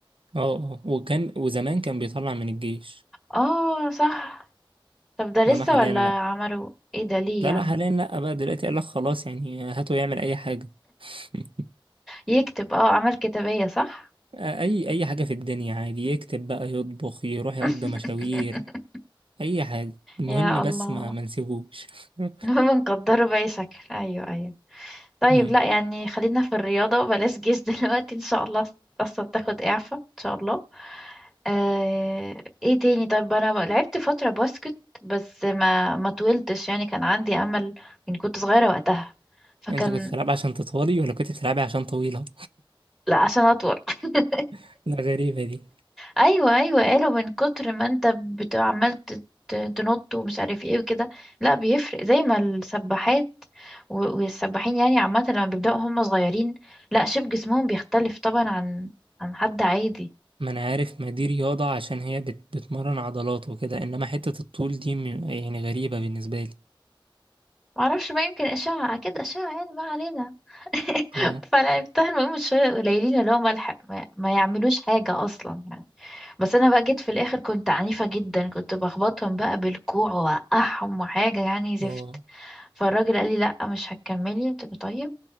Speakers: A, on the right; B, in the centre.
A: اه اه وكان وزمان كان بيطلع من الجيش
B: اه صح طب ده لسه
A: انما حاليا
B: ولا
A: لا
B: عملوا ايه ده ليه
A: لا
B: يعني
A: لا حاليا لا بقى دلوقتي قال لك خلاص يعني هاته يعمل اي حاجة <laughs>
B: يكتب اه اعمال كتابيه صح
A: اي اي حاجة في الدنيا عادي يكتب بقى يطبخ يروح يقضي
B: <laughs>
A: مشاوير اي حاجة المهم
B: يا
A: بس
B: الله
A: ما ما نسيبوش <laughs>
B: المهم نقدره باي شكل ايوه ايوه طيب
A: أمم.
B: لا يعني خلينا في الرياضة بلاش جيش <laughs> دلوقتي ان شاء الله اصلا تاخد اعفاء ان شاء الله آه، ايه تاني طب انا لعبت فترة باسكت بس ما ما طولتش يعني كان عندي امل يعني كنت صغيرة وقتها فكان
A: انتوا كنتوا بتلعبي عشان تطولي ولا كنت بتلعبي عشان طويلة
B: لا عشان اطول <laughs>
A: <laughs> لا غريبة دي.
B: ايوه ايوه قالوا من كتر ما انت بت- عمال ت- ت- تنط ومش عارف ايه وكده لا بيفرق زي ما السباحات و- والسباحين يعني عامه لما بيبداوا هم صغيرين لا شيب جسمهم بيختلف طبعا عن عن حد عادي
A: ما انا عارف ما دي رياضة عشان هي بت... بتمرن عضلات وكده انما حتة الطول دي م- يعني غريبة بالنسبة لي
B: معرفش بقى يمكن اشعه اكيد اشعه يعني ما علينا <laughs>
A: اه
B: فلعبتها المهم شويه قليلين اللي هو ملحق ما, ما يعملوش حاجه اصلا يعني بس انا بقى جيت في الاخر كنت عنيفه جدا كنت بخبطهم بقى بالكوع واوقعهم وحاجه يعني زفت
A: اه
B: فالراجل قال لي لا مش هتكملي قلت له طيب